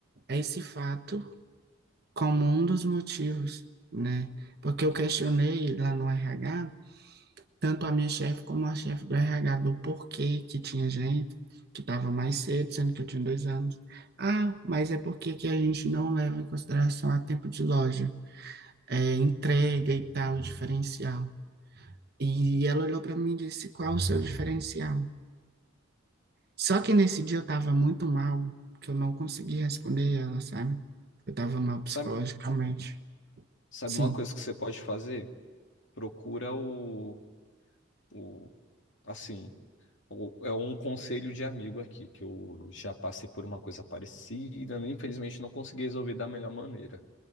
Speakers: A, on the right; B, on the left.
A: esse fato como um dos motivos, né? Porque eu questionei lá no RH tanto a minha chefe como a chefe do RH do porquê que tinha gente que estava mais cedo, sendo que eu tinha dois anos. Ah, mas é porque que a gente não leva em consideração a tempo de loja, é, entrega e tal, diferencial. E ela olhou para mim e disse, qual o seu diferencial? Só que nesse dia eu estava muito mal, que eu não consegui responder ela, sabe? Eu estava mal psicologicamente.
B: sabe, sabe
A: Sim,
B: uma coisa que você pode fazer? Procura o, o assim, o- é um conselho de amigo aqui, que eu já passei por uma coisa parecida, né? Infelizmente não consegui resolver da melhor maneira.